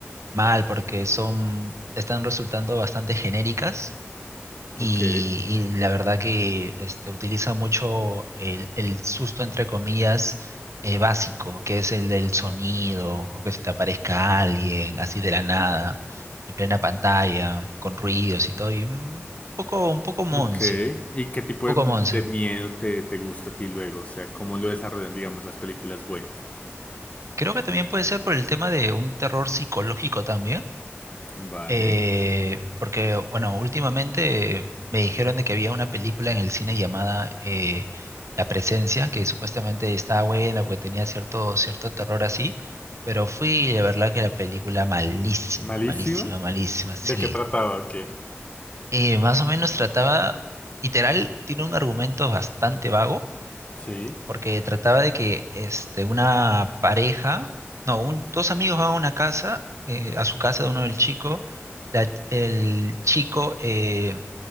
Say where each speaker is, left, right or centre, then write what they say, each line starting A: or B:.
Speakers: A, on the right; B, on the left.
A: Mal, porque son, están resultando bastante genéricas y,
B: Ok.
A: y la verdad que este, utiliza mucho el, el susto, entre comillas, eh, básico, que es el del sonido o que se te aparezca alguien así de la nada, en plena pantalla, con ruidos y todo, y un poco, un poco monse,
B: Ok, ¿y qué tipo
A: un poco
B: de,
A: monse.
B: de miedo te, te gusta a ti luego? O sea, ¿cómo lo desarrollan, digamos, las películas buenas?
A: Creo que también puede ser por el tema de un terror psicológico también,
B: Vale,
A: Eh, porque, bueno, últimamente eh, me dijeron de que había una película en el cine llamada eh, La Presencia, que supuestamente estaba buena porque tenía cierto, cierto terror así, pero fui y de verdad que la película malísima,
B: malísima.
A: malísima, malísima, sí.
B: ¿De qué trataba? Ok.
A: Eh, más o menos trataba, literal, tiene un argumento bastante vago
B: Sí,
A: porque trataba de que este, una pareja, no, un- dos amigos van a una casa, eh, a su casa de uno del chico, la- el chico, eh,